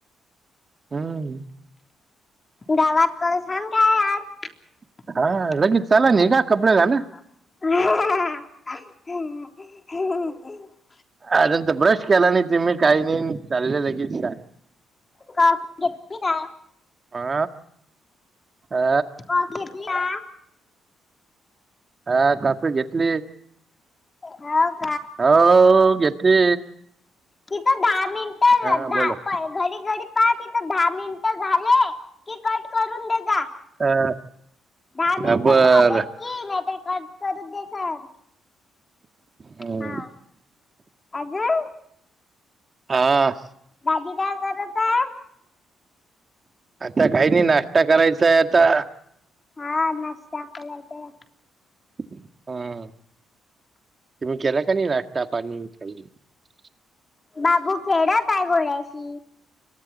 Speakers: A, on the right (about 35°); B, on the left (about 25°).
A: हम्म -
B: गावात <unintelligible> काय आहे आज?
A: हा
B: हा
A: लगेच चला नाही का
B: हा
A: कपडे घाला
B: हा हा ह हा
A: अ नंतर ब्रश केला नाही तुम्ही काही नाही चालले लगेच का
B: काफी पिली का?
A: आ आा
B: कॉफी का
A: हा कॉफी घेतली.
B: हा -
A: हो घेतली
B: तिथ दहा मिनिट
A: हा
B: घडी
A: बोला
B: घडी पाह तिथ दहा मिनिट झाले. की कट करून दे जा
A: हा.
B: दहा मिनटं
A: हा, बर
B: झाले की, नाही तर कट करू दे सर.
A: हम्म.
B: हा अजून
A: हा.
B: दादी काय करत आहे
A: आता काही नाही, नाश्ता करायचाय आता.
B: हा नाष्टा करायचायं.
A: हम्म तुम्ही केला कि नाही नाश्ता? पाणी <unintelligible>
B: बाबू खेडत आहे घोंड्याशी.